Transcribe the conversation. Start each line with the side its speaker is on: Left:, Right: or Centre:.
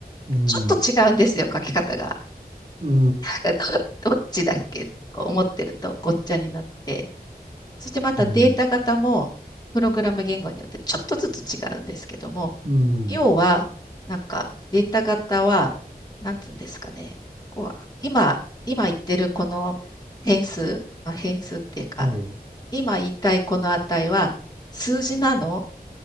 Right: うん、
Left: ちょっと違うんですよ、
Right: う
Left: 書き方が。
Right: ん、
Left: なんかど、どっちだっけとか思ってるとごっちゃになって、そしてまたデータ型も、
Right: うん、
Left: プログラム言語によってちょっとずつ違うんですけども、
Right: うん、
Left: 要は、なんかデータ型は、なんつうんですかね、こう今、今言ってるこの変数、まあ、変数っていうか、
Right: はい、
Left: 今言いたいこの値は数字なの